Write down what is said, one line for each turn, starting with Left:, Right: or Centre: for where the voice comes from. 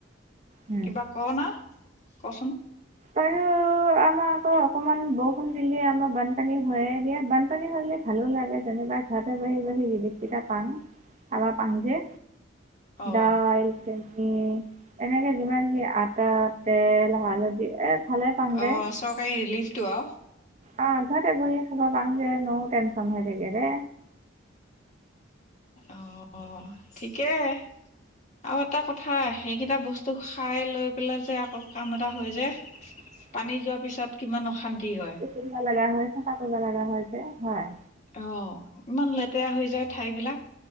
Right: উম,
Left: কিবা কৱনা, কচোন?
Right: আৰু। আমাৰ আকৌ অকণমান বৰষুণ দিলে আমাৰ বানপানী হৈয়ে দিয়ে, বানপানী হ'লে ভালো লাগে যেনিবা। ঘৰতে বহি বহি ৰালিফ কেইটা পাওঁ, খাবা পাম যে।
Left: অ
Right: দাইল চেনি এনেকে যিমান যি আটা তেল হালধি। এ ভালে পাং দে।
Left: অঁ চৰকাৰী ৰিলিফটো আৰু।
Right: অ' ঘৰতে বহি খাবা পাং ন' টেনচন হৈ থাকে দে।
Left: অ' ঠিকেই। আৰু এটা কথা সেইকেইটা বস্তু খাই পেলাই যে আকৌ এটা হয় যে।
Right: <inaudible>
Left: পানী যোৱাৰ পিছত কিমান অশান্তি হয়।
Right: কৰিব লগা হয় চাফা কৰিব লগা হয় যে, হয়।
Left: অঁ, ইমান লেতেৰা হৈ যায় ঠাইবিলাক,